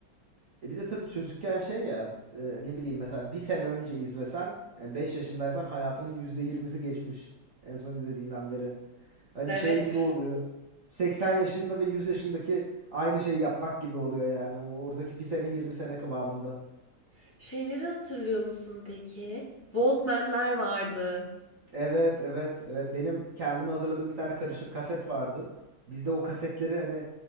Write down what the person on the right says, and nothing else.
E bir de tabii çocukken şey ya e, ne bileyim mesela bir sene önce izlesen e, 5 yaşındaysan hayatının %20'si geçmiş en son izlediğinden beri. Hani
şey gibi oluyor. seksen yaşında ve 100 yaşındaki aynı şeyi yapmak gibi oluyor yani. O Oradaki bir sene yirmi sene kıvamında.
Evet evet evet benim kendime hazırladığım bir tane karışık kaset vardı. Bizde o kasetleri hani